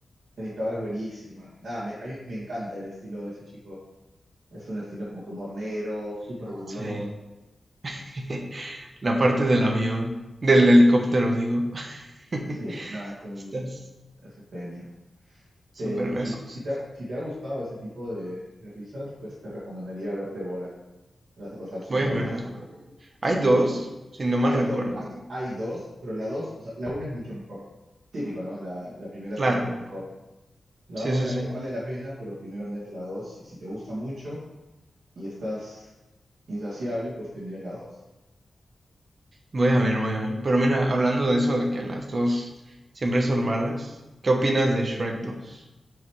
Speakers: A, on the right; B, on the right.
A: La dictadura es buenísima. Nada, me, a mí me encanta el estilo de ese chico. Es un estilo como que humor negro, súper burlón.
B: Sí. <laughs> La parte del avión, del helicóptero, digo. <laughs>
A: Sí, no, es un,
B: Estás
A: es un genio.
B: súper
A: Te-
B: gracioso.
A: si, si te, ha- si te ha gustado ese tipo de, de risas, pues te recomendaría verte Borat. Te la vas a pasar súper
B: Voy a verla.
A: bien.
B: Hay dos, si no mal
A: Hay,
B: recuerdo.
A: do- hay dos, pero la dos, o sea, la una es mucho mejor. Típico, ¿no? La, la primera
B: Claro,
A: siempre es mejor. La
B: sí,
A: dos vale
B: sí, sí.
A: la, pe- vale la pena, pero primero mírate la dos. Y si te gusta mucho y estás insaciable, pues te miras la dos.
B: Voy a ver, voy a ver. Pero mira, hablando de eso, de que las dos siempre son malas, ¿qué opinas de Shrek dos